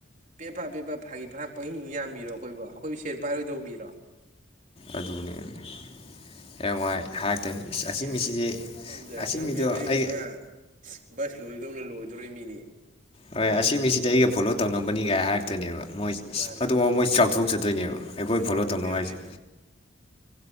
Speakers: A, on the right; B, on the left.
A: ꯄꯦꯞꯄꯥ ꯄꯦꯞꯄꯥ ꯐꯥꯒꯤ ꯐꯔꯡ ꯄꯪꯍꯤꯡ ꯌꯥꯝꯃꯤꯔꯣ ꯑꯈꯣꯏꯕꯨ ꯑꯈꯣꯏꯕꯨ ꯁꯦꯟ ꯄꯥꯏꯔꯣꯏꯗꯧꯕ ꯃꯤꯔꯣ
B: ꯑꯗꯨꯅꯦꯃꯤ ꯍꯌꯦꯡꯋꯥꯏ ꯍꯥꯏꯔꯛꯇꯣꯏꯅꯤ
A: ꯑꯦꯍꯦ
B: ꯏꯁ ꯑꯁꯤ ꯃꯤꯁꯤꯗꯤ
A: ꯁꯣꯝꯗ
B: ꯑꯁꯤ
A: ꯑꯦꯔꯣꯄ꯭ꯂꯦꯟ
B: ꯃꯤꯗꯣ
A: ꯃꯔꯤ
B: ꯑꯩ
A: ꯃꯉꯥ ꯕꯁ ꯂꯣꯏꯗꯧꯅ ꯂꯣꯏꯗꯧꯔꯤ ꯃꯤꯅꯦ
B: ꯍꯣꯏ ꯑꯁꯤ ꯃꯤꯁꯤꯗꯤ ꯑꯩꯒ ꯐꯣꯂꯣ ꯇꯧꯅꯕꯅꯤꯒꯥꯏ ꯍꯥꯏꯔꯛꯇꯣꯏꯅꯦꯕ ꯃꯣꯏ
A: ꯃꯥꯅꯦ
B: ꯑꯗꯣ ꯃꯣꯏ ꯆꯥꯎꯊꯣꯛꯆꯗꯣꯏꯅꯦꯕ ꯑꯩꯈꯣꯏ
A: ꯃꯣꯏ ꯆꯥꯎꯊꯣꯛꯈꯤ
B: ꯐꯣꯂꯣ ꯇꯧꯅꯕ
A: ꯑꯗꯨꯏꯅꯦ
B: ꯍꯥꯏꯁꯦ